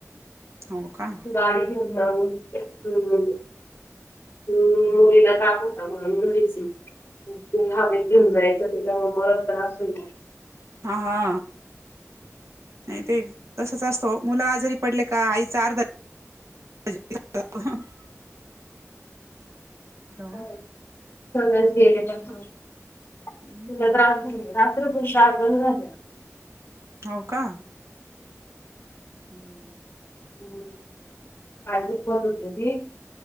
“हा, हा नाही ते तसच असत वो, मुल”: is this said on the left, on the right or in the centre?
Right